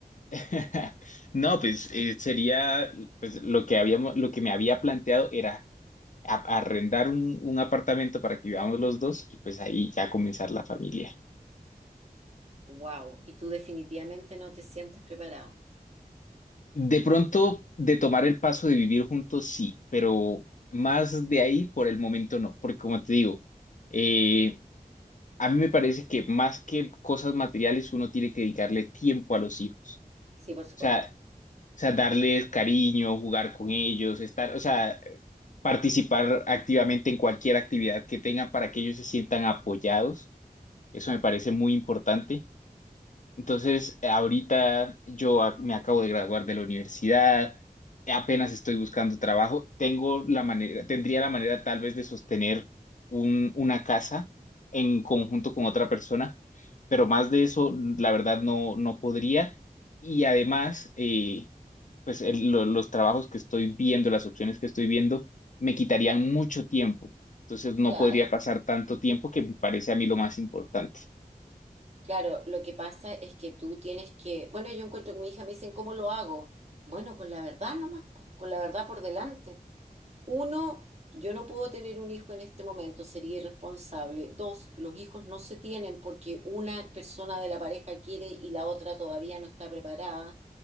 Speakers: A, on the left; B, on the right.
A: <laughs> No, pues eh, sería pues lo que habíamos, lo que me había planteado era a- arrendar un, un apartamento para que vivamos los dos y pues ahí ya comenzar la familia.
B: Wow, y tú definitivamente no te sientes preparado.
A: De pronto, de tomar el paso de vivir juntos, sí, pero más de ahí por el momento no, porque como te digo, eh, a mí me parece que más que cosas materiales uno tiene que dedicarle tiempo a los hijos,
B: Sí, por supuesto.
A: o sea, o sea, darles cariño, jugar con ellos, estar, o sea, participar activamente en cualquier actividad que tengan para que ellos se sientan apoyados, eso me parece muy importante. Entonces, ahorita yo a- me acabo de graduar de la universidad, apenas estoy buscando trabajo, tengo la manera, tendría la manera tal vez de sostener un- una casa en conjunto con otra persona, pero más de eso, la verdad, no, no podría. Y además, eh, pues el- lo- los trabajos que estoy viendo, las opciones que estoy viendo, me quitarían mucho tiempo. Entonces, no
B: Claro.
A: podría pasar tanto tiempo que me parece a mí lo más importante.
B: Claro, lo que pasa es que tú tienes que, bueno, yo encuentro que mi hija me dicen, ¿cómo lo hago? Bueno, con la verdad nomás, po, con la verdad por delante. Uno, yo no puedo tener un hijo en este momento, sería irresponsable. Dos, los hijos no se tienen porque una persona de la pareja quiere y la otra todavía no está preparada.